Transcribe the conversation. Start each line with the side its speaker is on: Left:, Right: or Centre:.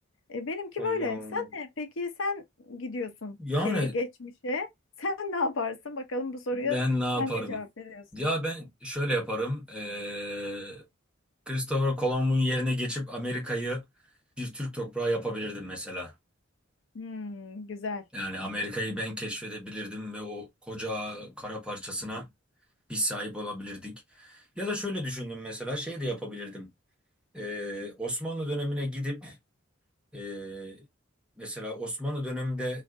Left: E, benimki
Centre: Öyle
Left: böyle.
Centre: oldu.
Left: Sen ne? Peki sen gidiyorsun
Centre: Yani
Left: şeye, geçmişe. <laughs> Sen ne yaparsın? Bakalım bu soruya
Centre: Ben ne yaparım?
Left: sen ne cevap veriyorsun?
Centre: Ya ben şöyle yaparım. Eee Christopher Columbus'un yerine geçip Amerika'yı bir Türk toprağı yapabilirdim mesela.
Left: Hmm, güzel.
Centre: Yani Amerika'yı ben keşfedebilirdim ve o koca kara parçasına biz sahip olabilirdik. Ya da şöyle düşündüm mesela şey de yapabilirdim. Eee, Osmanlı dönemine gidip eee, mesela Osmanlı döneminde